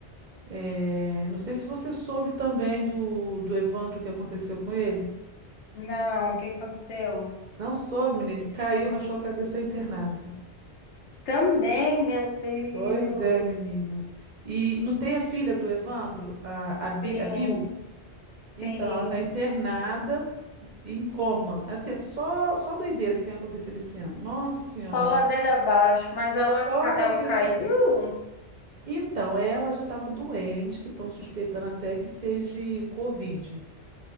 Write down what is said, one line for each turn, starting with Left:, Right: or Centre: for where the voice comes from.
Right: É, Não sei se você soube também do, do Evandro que aconteceu com ele.
Left: Não, o que aconteceu?
Right: Não soube, menina. Ele caiu, rachou a cabeça, está internado.
Left: Também, meu Deus,
Right: Pois é, menina. E não tem a filha do Evandro, a, a, Bi-
Left: sim,
Right: a Bill? Então,
Left: sim.
Right: ela está internada em coma. É Assim, é só, só doideira que tem acontecido esse ano. Nossa Senhora.
Left: Só ladeira abaixo, mas ela,
Right: Só
Left: ca-
Right: ladeira.
Left: ela caiu?
Right: aba- Então, ela já estava doente, que estão suspeitando até que seja Covid.